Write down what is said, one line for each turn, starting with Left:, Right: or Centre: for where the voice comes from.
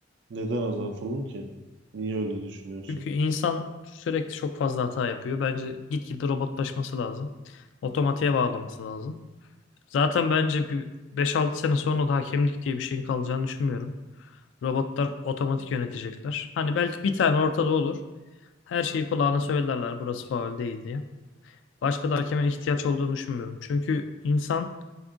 Right: Neden azaltalım ki? Niye öyle düşünüyorsun?
Left: Çünkü insan sürekli çok fazla hata yapıyor. Bence gitgide robotlaşması lazım. Otomatiğe bağlaması lazım. Zaten bence bir beş altı sene sonra da hakemlik diye bir şeyin kalacağını düşünmüyorum. Robotlar otomatik yönetecekler. Hani belki bir tane ortada olur. Her şeyi kulağına söylerler burası faul değil diye. Başka da hakeme ihtiyaç olduğunu düşünmüyorum. Çünkü insan